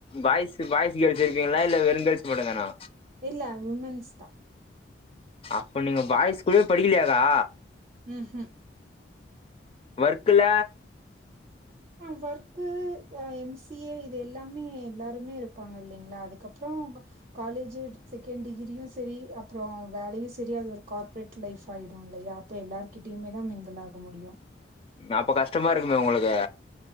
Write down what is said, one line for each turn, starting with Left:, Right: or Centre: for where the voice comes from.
Left: பாய்ஸ் பாய்ஸ் ல வெச்சிர்க்கிங்ளா இல்ல வெறு கேர்ள்ஸ் மட்டுந் தானா
Right: இல்ல விமென்ஸ் தா
Left: அப்போ நீங்க பாய்ஸ் கூடயே படிக்கலையாக்கா
Right: ம் ஹூ
Left: ஒர்க்குல
Right: ஆ ஒர்க்கு அ எம் சி ஏ இது எல்லாமே எல்லாருமே இருப்பாங்க இல்லைங்ளா அதுக்கப்றம் உ காலேஜ் செகண்ட் டிகிரியு செரி அப்புற வேலையு செரி அது ஒரு கார்ப்ரேட் லைஃபா ஆயிடு இல்லையா அப்ப எல்லார்கிட்டயுமே தா மிங்கில் ஆக முடியு
Left: அப்ப கஷ்டமா இருக்குமே உங்ளுக்கு